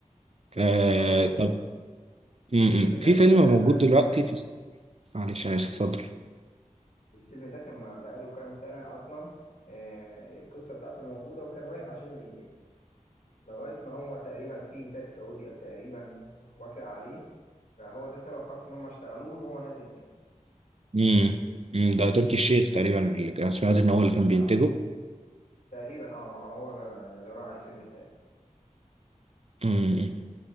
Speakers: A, on the right; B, on the left.
A: آه
B: اه ده هو
A: طب م-
B: الفيلم
A: م.
B: ده
A: في
B: كان
A: فيلم
B: بقاله
A: موجود
B: كام
A: دلوقتي
B: سنه
A: في معلش انا اسف اتفضل
B: الفيلم ده كان بقاله كام سنه اصلا آه القصه بتاعته موجوده وكان واقف عشان الانتاج لغاية ما هو تقريبا في إنتاج سعودي تقريبا وافق عليه فهو ده سبب خلاص إن هم اشتغلوه إن هو نازل سينما
A: امم أمم، ده تركي الشيخ تقريبا اللي كان- سمعت ان هو اللي كان بينتجه
B: آه، تقريبا اه هو اللي راعي الفيلم تقريبا
A: امم